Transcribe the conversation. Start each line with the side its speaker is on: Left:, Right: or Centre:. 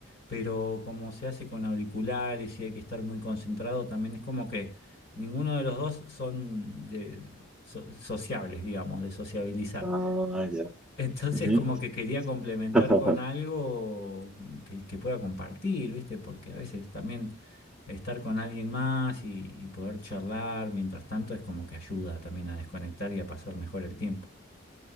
Left: pero como se hace con auriculares y hay que estar muy concentrado, también es como que ninguno de los dos son de so- sociables, digamos, de sociabilizar.
Centre: Ah, ya.
Left: Entonces
Centre: Ujú.
Left: como que quería complementar
Centre: <laughs>
Left: con algo que, que pueda compartir, ¿viste? Porque a veces también estar con alguien más y, y poder charlar mientras tanto es como que ayuda también a desconectar y a pasar mejor el tiempo.